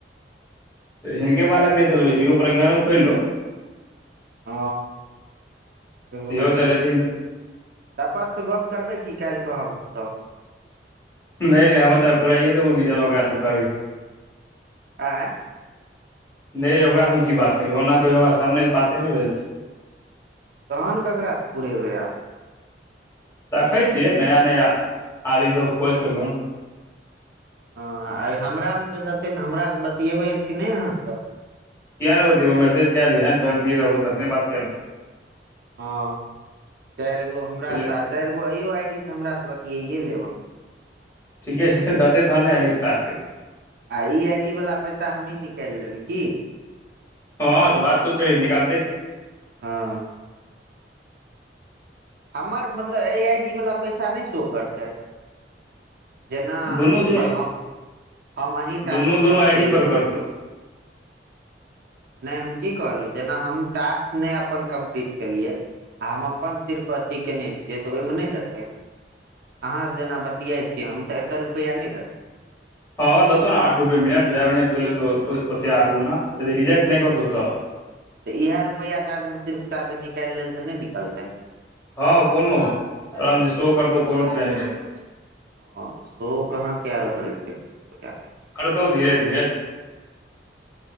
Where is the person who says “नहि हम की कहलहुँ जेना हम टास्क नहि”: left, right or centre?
Right